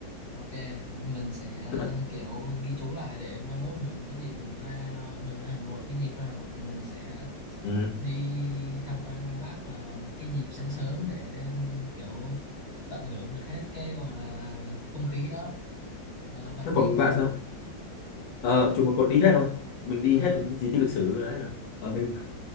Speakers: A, on the left (about 35°); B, on the left (about 90°).
A: Ok, mình sẽ
B: Đấy.
A: kiểu ghi chú lại để mai mốt mình có gì mình ra đó, mình ra Hà Nội, cái dịp ra Hà Nội thì mình sẽ
B: ừ.
A: đi tham quan Lăng Bác vào cái dịp sáng sớm để kiểu tận hưởng được hết cái gọi là không khí đó. Ờ, bạn
B: thế
A: đi
B: còn
A: chuồng
B: bạn sao ờ,
A: à,
B: chụp một cột đi hết rồi mình đi
A: à,
B: hết di tích lịch sử đấy là ờ, mình